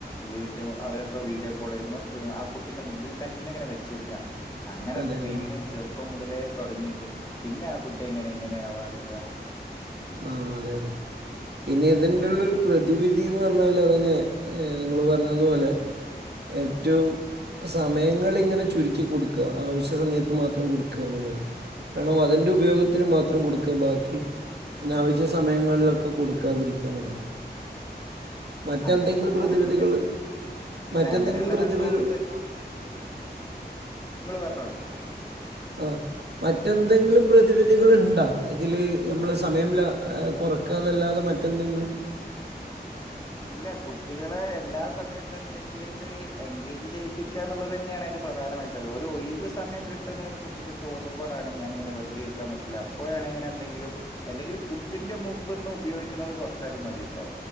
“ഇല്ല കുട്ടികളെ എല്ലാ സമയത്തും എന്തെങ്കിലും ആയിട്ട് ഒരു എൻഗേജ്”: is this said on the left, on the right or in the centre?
Left